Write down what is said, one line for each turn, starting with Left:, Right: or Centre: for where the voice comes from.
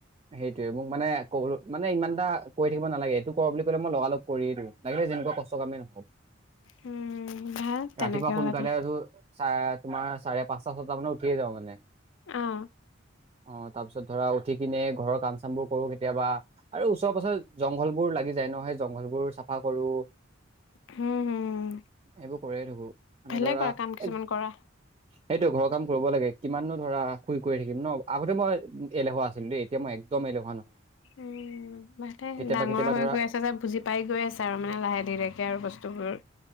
Right: সেইটোৱে মোক মানে কবলে মানে ইমান এটা কৈ থাকিব নালাগে এইটো কৰ বুলি কলে মই লগাল কৰিয়ে দিওঁ। লাগিলে যেনে কোৱা কষ্ট কামেই নহওঁক।
Left: উম। ভাল তেনেকে
Right: ৰাতিপুৱা সোনকালে
Left: হ'লে তাই
Right: উঠো চা তোমাৰ চাৰে পাঁচটা, ছটা মানত উঠিয়ে যাওঁ মানে।
Left: অ'।
Right: অ তাৰ পিছত ধৰা উঠি কিনে ঘৰৰ কাম চাম বোৰ কৰো কেতিয়াবা আৰু ওচৰ পাছৰ জংঘল বোৰ লাগি যায় ন সেই জংঘল বোৰ চাফা কৰো।
Left: হুম হুম
Right: এইবোৰ কৰিয়ে থাকো মানে
Left: ভালে
Right: ধৰা
Left: কৰা কাম কিছুমান
Right: এ
Left: কৰা।
Right: সেইটো ঘৰৰ কাম কৰিব লাগে কিমাননো ধৰা শুই কৰি থাকিম ন আগতে মই এলেহুৱা আছিলো দেই। এতিয়া মই একদম এলেহোৱা নহয়।
Left: উম <unintelligible>
Right: কেতিয়াবা
Left: ডাঙৰ
Right: কেতিয়াবা
Left: হৈ
Right: ধৰা
Left: গৈ আছে যে বুজি পাই গৈ আছে আৰু মানে লাহে ধীৰেকে আৰু বস্তুবোৰ।